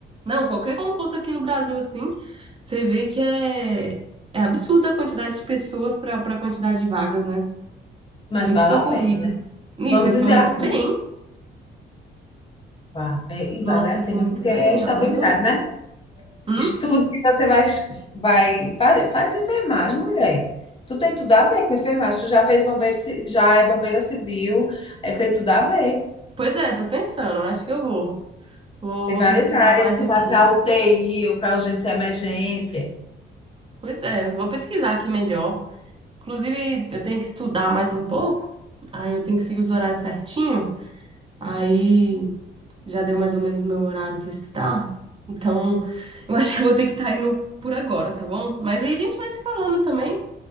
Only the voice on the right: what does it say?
Não, qualquer concurso aqui no Brasil, assim, você vê que é, é absurda a quantidade de pessoas para para a quantidade de vagas, né?
Muito
concorrido.
Nisso,
você
foi muito
bem.
Nossa,
foi muito
bem,
arrasou.
Hum?
Pois é, tô pensando, acho que eu vou. Vou,
vou
pesquisar
mais
aqui.
Pois é, vou pesquisar aqui melhor. Inclusive, eu tenho que estudar mais um pouco. Aí eu tenho que seguir os horários certinho. Aí já deu mais ou menos meu horário para estudar. Então, eu acho que eu vou ter que estar indo por agora, tá bom? Mas aí a gente vai se falando também.